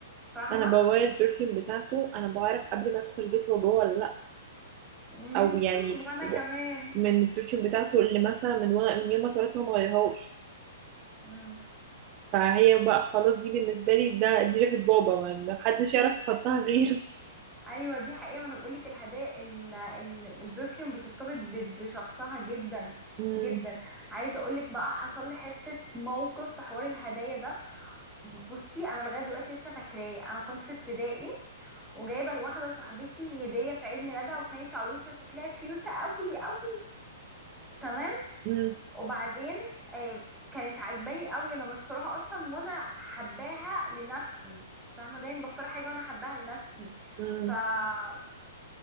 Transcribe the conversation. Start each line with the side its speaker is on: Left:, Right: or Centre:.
Centre: فاهمة
Right: أنا بغير البرفيوم بتاعته أنا بعرف قبل ما أدخل البيت هو جوه ولا لأ
Centre: مم.
Right: او
Centre: <laughs>
Right: يعني
Centre: وانا
Right: و-
Centre: كمان
Right: من البرفيوم بتاعته اللي مثلا من وانا من يوم ما اتولدت هو ما غيرهاش
Centre: مم.
Right: فهي بقى خلاص دي بالنسبه لي ده دي ريحه بابا ما ما حدش يعرف يحطها غيره <laughs>
Centre: ايوه دي حقيقة ما انا بقولك الهدايا ال- ال- البرفيوم بترتبط ب- بشخصها جدا
Right: امم
Centre: جدا عايزة اقولك بقى حصل لي حتة موقف في حوار الهدايا ده بصي انا لغاية دلوقتي لسه فاكراه انا كنت في ابتدائي وجايبة لواحدة صاحبتي هدية في عيد ميلادها وكانت عروسة شكلها كيوتة قوي قوي تمام
Right: امم
Centre: وبعدين آه، كانت عجباني قوي انا مختارها اصلا وانا حباها لنفسي فاهمه دايما بختار حاجه وانا حباها لنفسي
Right: امم
Centre: فبعد